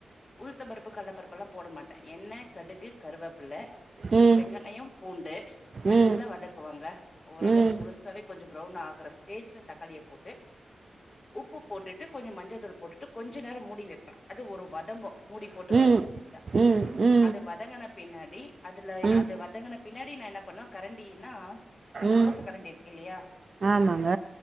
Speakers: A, on the left; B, on the right.
A: உளுத்தம் பருப்பு கல்லப்பருப்பெல்லா போட மாட் டே எண்ணெ கடுகு கருவேப்பில்ல
B: ம்
A: வெங்காயோ பூண்டு நல்லா
B: ம்
A: வதக்குவங்க ஓரளவு
B: ம் ம்
A: முழுசாவே கொஞ்சொ ப்ரவுன் ஆகுற ஸ்டேஜ்ல தக்காளியப் போட்டு உப்புப் போட்டுட்டு கொஞ்ச மஞ்ச தூள் போட்டுட்டு கொஞ்ச நேரோ மூடி வைப்பே அது ஒரு வதங்கு மூடி போட்டு
B: ம்
A: வ வெச்சா
B: ம் ம்
A: அது வதங்கன பின்னாடி அதுல
B: ம்
A: அது வதங்கன பின்னாடி நா என்ன பண்ணுவே கரண்டின்னா நம்ப
B: ம்
A: தோசக் கரண்டி இருக்கு இல்லியா
B: ஆமாங்க